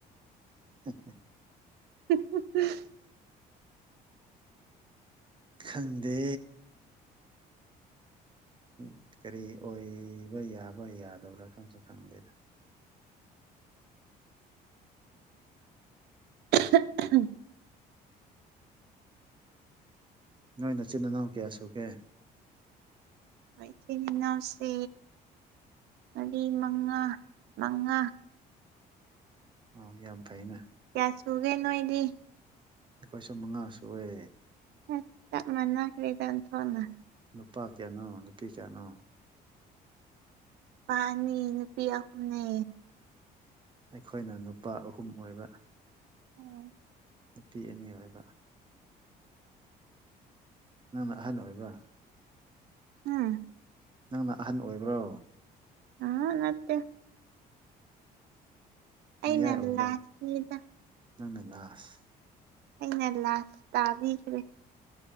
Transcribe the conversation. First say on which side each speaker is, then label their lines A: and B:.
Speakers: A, on the right; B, on the right.
A: ꯑ
B: <inaudible>
A: ꯈꯪꯗꯦ ꯎ ꯀꯔꯤ ꯑꯣꯏꯕ ꯌꯥꯕ ꯌꯥꯗꯕ꯭ꯔꯥ ꯈꯪꯁꯨ ꯈꯪꯗꯦꯗ
B: <inaudible>
A: ꯅꯣꯏ ꯅꯆꯤꯟꯜ ꯏꯅꯥꯎ ꯀꯌꯥ ꯁꯨꯒꯦ
B: ꯑꯩꯈ ꯏꯆꯤꯟ ꯏꯅꯥꯎꯁ ꯃꯔꯤ ꯃꯉꯥ ꯃꯉꯥ
A: ꯑ ꯌꯥꯝ ꯐꯩꯅꯦ
B: ꯀꯌꯥ ꯁꯨꯒꯦ ꯅꯣꯏꯗꯤ
A: ꯑꯩꯈꯣꯏ ꯁ ꯃꯉꯥ ꯁꯨꯔꯦ
B: ꯍꯛꯇ ꯃꯅꯥ ꯀꯗ ꯊꯣꯅ
A: ꯅꯨꯄꯥ ꯀꯌꯥꯅꯣ ꯅꯨꯄꯤ ꯀꯌꯥꯅꯣ
B: ꯅꯨꯄꯥꯅꯤ ꯅꯨꯄꯤ ꯑꯍꯨꯝꯅꯦ
A: ꯑꯩꯈꯣꯏꯅ ꯅꯨꯄꯥ ꯑꯍꯨꯝ ꯑꯣꯏꯕ
B: ꯎꯝ
A: ꯅꯨꯄꯤ ꯑꯅꯤ ꯑꯣꯏꯕ ꯅꯪꯅ ꯑꯍꯟ ꯑꯣꯏꯕ꯭ꯔꯥ
B: ꯎꯝ
A: ꯅꯪꯅ ꯑꯍꯟ ꯑꯣꯏꯕ꯭ꯔꯣ
B: ꯑꯥ ꯃꯠꯇꯦ ꯑꯩꯅ
A: ꯃꯌꯥꯏ ꯑꯣꯏꯕ꯭ꯔꯥ
B: ꯂꯥꯁꯅꯤꯗ
A: ꯅꯪꯅ ꯂꯥꯁ
B: ꯑꯩꯅ ꯂꯥꯛ ꯇꯥꯕꯤꯈ꯭ꯔꯦ